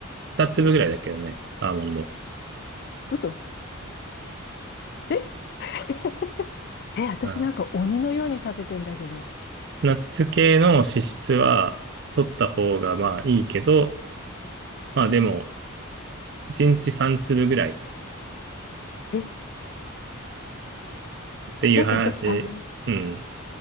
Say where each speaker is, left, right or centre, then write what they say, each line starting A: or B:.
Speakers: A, on the right; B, on the left.
A: 2粒ぐらいだけどね、アーモンド。
B: う。嘘。え <laughs> え、私なんか鬼のように食べてんだけど。
A: うん。ナッツ系の脂質は取った方がまあいいけど、まあでも1日3粒ぐらい
B: え、
A: っていう話。
B: なんか私さ、
A: うん。